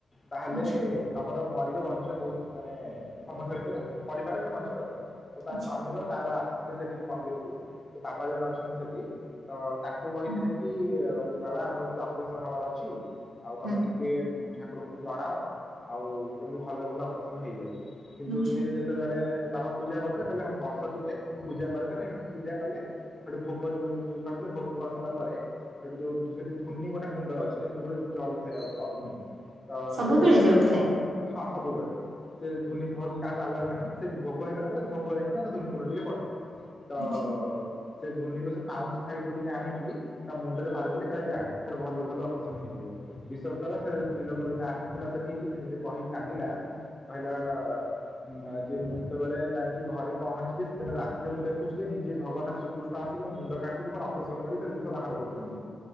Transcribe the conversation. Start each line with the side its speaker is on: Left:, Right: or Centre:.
Left: ତାହେଲେ।
Right: ଆଚ୍ଛା
Left: ତମର ମରିବ ବଞ୍ଚିବା ବହୁତ ମାନେ ସମସ୍ୟା ଭିତରେ ମରିପାର କି ବଞ୍ଚିପାର ତ ତା
Right: ଆଚ୍ଛା
Left: ସ୍ଵାମୀର। ତାର ଆସିଥିଲେ ସେଠି ମନ୍ଦିରକୁ ସେ ବାବା ଜଣେ ଅଛନ୍ତି ସେଠି ତ ତାଙ୍କୁ କହିଥିଲେ
Right: ହୁଁ
Left: କି। କି ବାବା ଆମର ଏମିତି ଅପରେସନ ହବାର ଅଛି ଆଉ ତମେ
Right: ହୁଁ
Left: ଟିକେ। ଟିକେ ଠାକୁରଙ୍କୁ ଜଣାଅ ଆଉ କେମିତି ଭଲରେ ଭଲ ଅପରେସନ ହେଇଯାଉ କିନ୍ତୁ
Right: ଆଚ୍ଛା।
Left: ସିଏ ଜଦ। ସେତେବେଳେ ବାବା ପୂଜା କରୁଥିଲେ କହିଲେ ବସ ଟିକେ ମୁଁ ପୂଜା କରିସାରେ ସେଠୁ ପୂଜା କଲେ। ସେଠୁ ଭୋଗ ଯୋଉ କରିଥିଲେ ଭୋଗ କରିସାରିଲା ପରେ। ସେଠି ଯୋଉ ଧ୍ଵନୀ ଗୋଟେ କୁଣ୍ଡା ଅଛି ସେଠି ସବୁ ବେଳେ ଜଳୁ ଥାଏ ଅଗ୍ନି। ତ
Right: ସବୁବେଳେ
Left: ସେଇ ଜାଗାରେ
Right: ଜଳୁଥାଏ।
Left: ସେ କଣ ହଁ ସବୁବେଳେ ସେ ଧୁନି ଘରକୁ କାହାକୁ ଆଲାଉ ନାହିଁ। ସେ ଭୋଗ ହେଇଗଲା ପରେ ଭୋଗ ଯାଇକି ନା ତା ଧୋନି ଉପରେ ଟିକେ ପଡେ ତ।
Right: ଆଚ୍ଛା
Left: ସେ ଧ୍ୱନି ର ସେ ପାଉଁଶ ସାଇଡ଼ରୁ ଟିକେ ଆଣିକି। ତା ମୁଣ୍ଡରେ ମାରିଦେଲେ କହିଲେ ଯା ଏଥର ଭଲ ଭଲରେ ଅପରେସନ ହେଇଯିବ। ବିଶ୍ୱାସ କର ସେ ସ୍ତ୍ରୀ ଲୋକ ଦିନେ ଆସିଥିଲା ସେଠି ସେ ନିଜେ କହିକି କାନ୍ଦିଲା କହିଲା। ହଁ ଯେ ମୁଁ ଯେତେବେଳେ ଯାଇକି ଘରେ ପହଞ୍ଚିଲି ସେଦିନ ରାତିରେ ମୁଁ ଦେଖୁଛି ଯେ ନିଜେ ଭଗବାନ ଶ୍ରୀକୃଷ୍ଣ। ତ ମୋ ମୁଣ୍ଡ କାଟିକି ମୋର ଅପରେସନ କରି ସେ ଜିନିଷ ବାହାର କରୁଛନ୍ତି